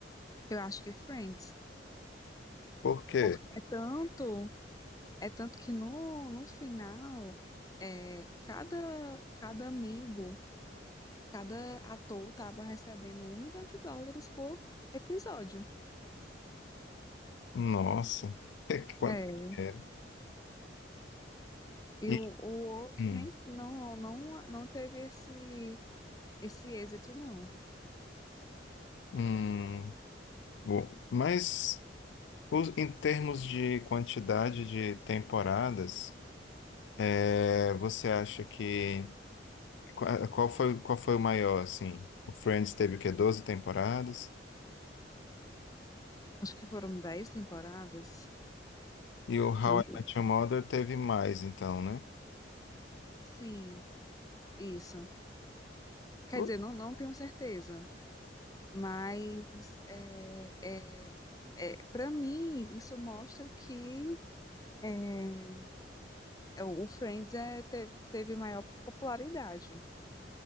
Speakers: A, on the left (about 20°); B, on the left (about 80°).
A: Eu acho que Friends.
B: Por quê?
A: Porque é tanto. É tanto que no, no final, é, cada, cada amigo, cada ator tava recebendo um milhão de dólares por episódio.
B: Nossa, <laughs> Qual-
A: É,
B: é,
A: e
B: e-
A: o, o outro
B: hum,
A: nem não, não, não teve esse, esse êxito, não.
B: hum, bom, mas os- em termos de quantidade de temporadas. É, você acha que qua- qual foi qual foi o maior assim? O Friends teve o quê? 12 temporadas
A: Acho que foram dez temporadas.
B: e o How
A: Não,
B: I Met Your Mother teve mais, então, né?
A: sim, isso. Quer
B: Pô,
A: dizer, não, não tenho certeza, mas é, é, é, para mim isso mostra que é É, O Friends é, teve, teve maior popularidade.